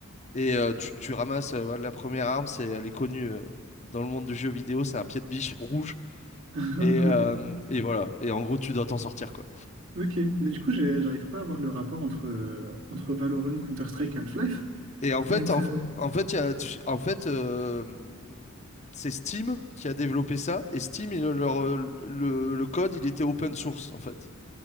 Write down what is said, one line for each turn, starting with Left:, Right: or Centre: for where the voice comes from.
Left: Et euh, tu, tu ramasses euh, la première arme, c'est, elle est connue euh, dans le monde du jeu vidéo, c'est un pied de biche rouge.
Right: <laughs>
Left: Et, euh, et voilà. Et en gros, tu dois t'en sortir, quoi.
Right: Ok, mais du coup, j'ai- j'arrive pas à voir le rapport entre, euh, entre Valorant, Counter-Strike et Half-Life,
Left: Et en fait,
Right: vu que
Left: en,
Right: ça...
Left: en fait, il y a- tu- en fait euh, c'est Steam qui a développé ça. Et Steam, il- leur, le, le code, il était open source, en fait.